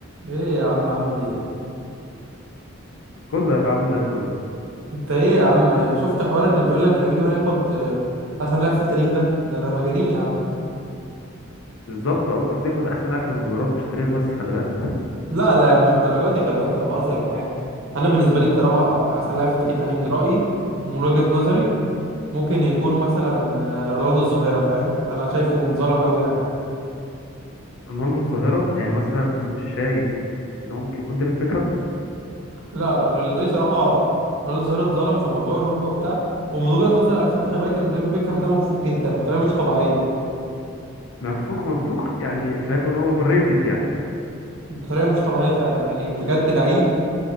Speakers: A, on the right (about 70°); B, on the left (about 70°).
A: ايه يا عم عامل ايه
B: كله يا عم زي الفل
A: انت ايه يا عم شفت حوار ان بيقول لك لامين يامال ياخد آه، احسن لاعب في التاريخ ده ده ده مجانين يا عم
B: بالظبط اه المفروض ياخد احسن لاعب في المجرات مش تاريخ بس خلي بالك
A: لا لا يا عم مش الدرجات دي خلي بالك انا بهزر معاك انا بالنسبه لي بصراحه احسن لاعب في التاريخ يعني من رايي ومن وجهه نظري ممكن يكون مثلا آه، رونالدو الظاهره فاهم انا شايفه انظلم قوي يعني
B: رونالدو الظاهره يعني مثلا مش شايف ان هو ممكن يكون ديفيد بيكهام
A: لا لا انا بالنسبه لي صراحه رونالدو الظاهره اتظلم في موضوع الركبه وبتاع ومن وجهه نظري على فكره خلي بالك ان ديفيد بيكهام ده منفوق جدا بطريقه مش طبيعيه
B: منفوخ منفوخ يعني شايفه ان هو اوفر ريتد يعني
A: بطريقه مش طبيعيه فعلا يعني بجد لعيب